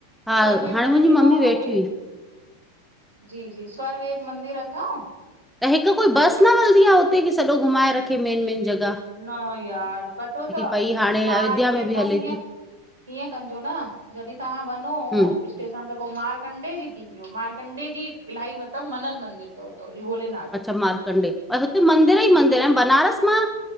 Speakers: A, in the centre; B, on the right.
A: हा
B: स्वरवेद
A: हाणे
B: मंदिर
A: मुंहिंजी मम्मी
B: त होॾे
A: वेठी हुई
B: जी -जी स्वर वेद मंदिर अथव?
A: त हिकु कोई बस न हलंदी आहे? हुते जीय सॼो घुमाए रखे मेन मेन जॻ
B: न यार पतो तव
A: पई हाणे
B: मांर
A: अयोध्या
B: हेत
A: में बि हले
B: हीअं
A: थी
B: ईीअं कजो न, जॾहिं तव्हां वञो
A: हम्म
B: स्ट तेखा पो मारकंडे जी थींदी, मारकंडे जी इलाही मतब मनन मंदिर तव उथोजी बोले
A: अच्छा मारकंडे? हुते मंदीर ई मंदिर आहिनि बनारस मां